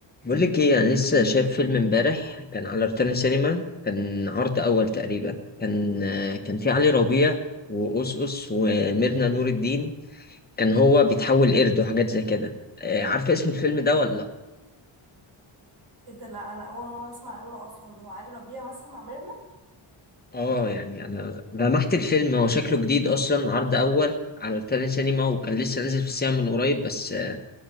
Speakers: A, on the left; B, on the right.
A: بقول لك ايه انا لسه شايف فيلم امبارح كان على روتانا سينما كان عرض اول تقريبا كان آه، كان في علي ربيع وأوس أوس وميرنا نور الدين كان هو بيتحول قرد وحاجات زي كده آه، عارفه اسم الفيلم ده ولا لأ؟
B: ايه ده لا انا اول مره اسمع عنه اصلا هو علي ربيع مثل مع ميرنا
A: اه يعني انا لمحت الفيلم هو شكله جديد اصلا عرض اول على روتانا سينما وكان لسه نازل في السينما من قريب بس آه،